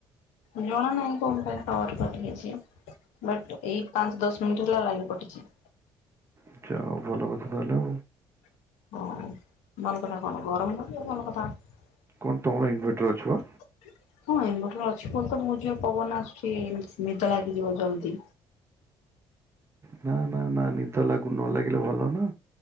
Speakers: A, on the left; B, on the right.
A: ଜଣା ନାହିଁ କଣ ପାଇଁ ପାୱାର କଟ ହେଇଛି ବଟ ଏଇ ପାଞ୍ଚ ଦଶ ମିନିଟ ହେଲା ଲାଇନ କଟିଛି। <inaudible>
B: ଆଛା ହଉ ଭଲ କଥା ତାହାଲେ।
A: <unintelligible> <unintelligible>
B: କଣ ତମର ଇନଭର୍ଟର ଅଛି ବା?
A: ପବନ ଆସୁଛି <unintelligible>
B: ନା ନା ନା ନିଦ ଲାଗୁ ନ ଲାଗିଲେ ଭଲ ନା